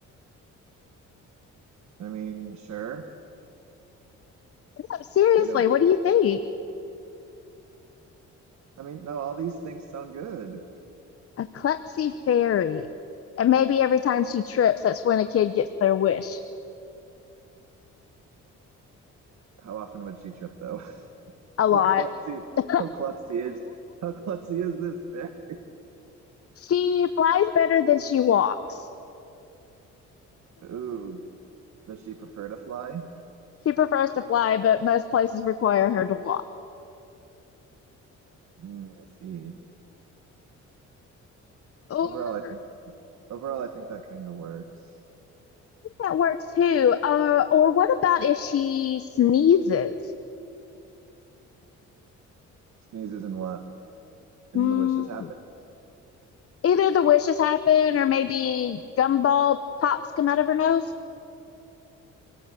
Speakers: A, on the right (about 65°); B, on the left (about 50°).
A: I mean, sure.
B: No, Seriously,
A: I don't.
B: what do you think?
A: I mean, no, all these things sound good.
B: A klutzy fairy. And maybe every time she trips, that's when a kid gets their wish.
A: How often would she trip though? <laughs>
B: A lot.
A: How klutzy,
B: <laughs>
A: how klutzy is, how klutzy is this bear?
B: She flies better than she walks.
A: Ooh, does she prefer to fly?
B: She prefers to fly, but most places require her to walk.
A: Mm, I see.
B: Or
A: Overall, I think overall, I think that kind of works.
B: that works too. Uh, or what about if she sneezes?
A: Sneezes and what? And
B: Mm,
A: the wishes happen.
B: either the wishes happen, or maybe gumball pops come out of her nose.